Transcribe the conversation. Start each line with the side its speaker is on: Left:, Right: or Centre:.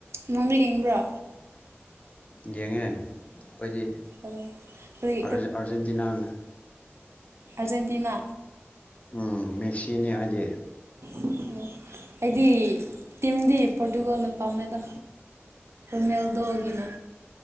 Right: ꯏꯣꯕꯤ ꯌꯦꯡꯕ꯭ꯔꯣ
Left: ꯌꯦꯡꯉꯦ ꯑꯩꯈꯣꯏꯗꯤ
Right: ꯑꯣ ꯀꯔꯤ
Left: ꯑꯥꯔꯖꯦꯟꯇꯤꯅꯥꯅ
Right: ꯑꯖꯦꯟꯇꯤꯅꯥ
Left: ꯎꯝ ꯃꯦꯛꯁꯤꯅꯦ ꯍꯥꯏꯗꯤ
Right: ꯑꯣ ꯑꯩꯗꯤ ꯇꯤꯝꯗꯤ ꯄꯣꯔꯇꯨꯒꯣꯜꯅ ꯄꯥꯝꯃꯦꯗ ꯅꯦꯜꯗꯒꯤꯅ